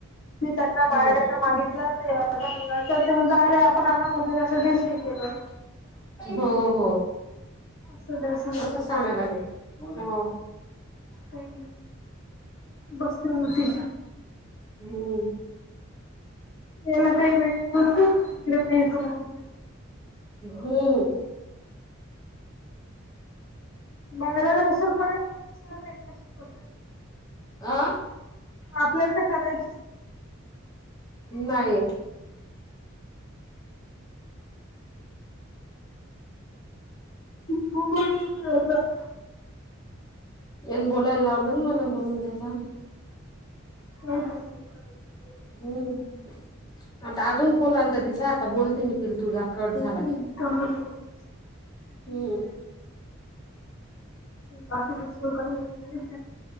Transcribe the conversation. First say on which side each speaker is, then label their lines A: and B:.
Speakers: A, on the left (about 70°); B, on the left (about 20°).
A: मी त्यांना बायोडाटा
B: हम्म
A: मागितला नाही त्या मुलाचा, ते म्हणत अरे आपण आपल्या मुलीसाठीच केलं.
B: हो हो,
A: असू द्या सांगून
B: असं
A: आता
B: सांगायला लागेल हो.
A: काही बसते मोतीच्या <unintelligible>
B: हम्म.
A: त्याला काही वेगळं <unintelligible>
B: हो.
A: बायोडाटा कशाला पाहिजे? दुसरा द्यायचा ना.
B: अ
A: आपल्याला तर करायच.
B: नाही.
A: असं <unintelligible>
B: यान बोलायला लावल ना मला, म्हणून ते झालं.
A: <inaudible> नाही.
B: हम्म, आता अजून फोन आलता तिचा, आता बोलते मी तुझा कट झाला
A: ती
B: की,
A: कामच बोलत असते
B: हम्
A: बाकी दुसरं काही हो <unintelligible> त्या